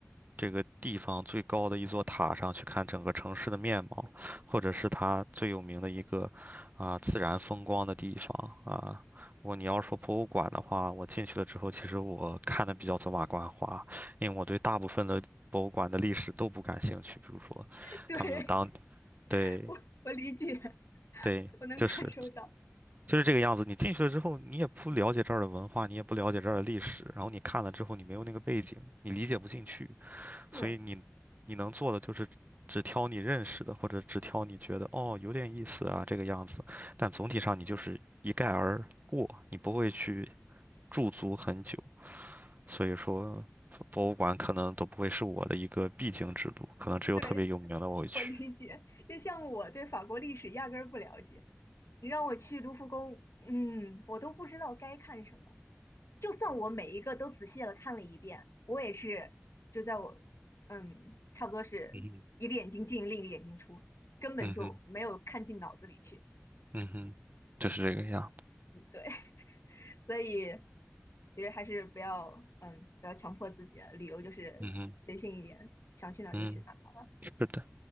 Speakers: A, on the right; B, on the left.
A: 这个地方最高的一座塔上去看整个城市的面貌，或者是它最有名的一个啊、自然风光的地方啊。如果你要说博物馆的话，我进去了之后，其实我看的比较走马观花，因为我对大部分的博物馆的历史都不感兴趣，比如说他们有当
B: <laughs> 对，
A: 对
B: 我我理解，
A: 对，
B: 我能感受到。
A: 就是就是这个样子。你进去了之后，你也不了解这儿的文化，你也不了解这儿的历史，然后你看了之后，你没有那个背景，你理解不进去，
B: 对，
A: 所以你你能做的就是只挑你认识的，或者只挑你觉得哦有点意思啊这个样子，但总体上你就是一概而过，你不会去驻足很久。所以说，博物馆可能都不会是我的一个必经之路，可能只有特别有名的我会去。
B: 对，我理解。就像我对法国历史压根儿不了解，你让我去卢浮宫，嗯，我都不知道该看什么。就算我每一个都仔细的看了一遍，我也是就在我嗯，差不多是一个眼睛进，
A: 嗯哼。
B: 另一个眼睛出，根本就没有看进脑子里去。
A: 嗯哼，嗯哼，就是这个样。
B: 嗯，嗯，对，<laughs> 所以其实还是不要嗯，不要强迫自己了，旅游就是随性一点，
A: 嗯哼。
B: 想去哪儿就去哪儿。
A: 嗯，是的，